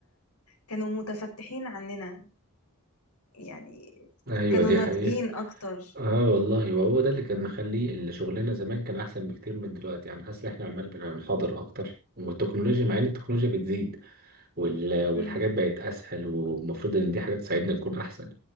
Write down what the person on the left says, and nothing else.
كانوا متفتحين عننا يعني
كانوا
ناضجين
اكتر
مم،